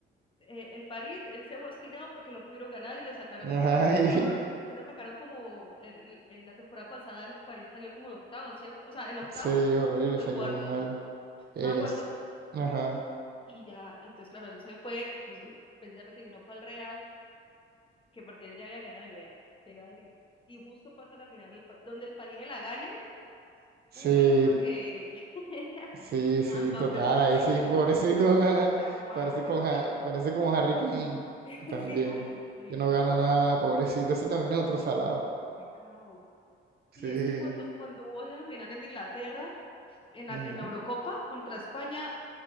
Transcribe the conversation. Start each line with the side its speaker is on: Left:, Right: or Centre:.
Left: eh, el París, él se fue obstinado porque no pudieron ganar y lo sacaron,
Right: Ay,
Left: no, fueron- lo sacaron como el, en la temporada pasada el París salió como de octavos, ¿cierto? O sea, en octavos
Right: <laughs> sí, horrible,
Left: o
Right: salió
Left: en cuartos,
Right: muy mal.
Left: no
Right: Es,
Left: me acuerdo.
Right: ajá.
Left: Y ya, entonces claro, él se fue pues, eh, precisamente sino para el Real, que porque él ya había ganado idea, llega él y, y justo pasa la final, el Pa- donde el París la gane,
Right: Sí,
Left: uh, yo creo que <laughs>
Right: Sí,
Left: a
Right: sí,
Left: Mbappé,
Right: total,
Left: mejor
Right: ahí
Left: dicho,
Right: sí, pobrecito. <laughs>
Left: está traumado,
Right: Parece, con,
Left: es
Right: Ja-
Left: que
Right: parece como Harry Kane
Left: <laughs>
Right: también,
Left: Sí, ay, ay,
Right: que
Left: Ari,
Right: no gana nada, pobrecito. Ese también es otro salado.
Left: qué pecado.
Right: Sí.
Left: Y es que cuando, cuando hubo esa final en Inglaterra, en la,
Right: ujú.
Left: en la Eurocopa contra España,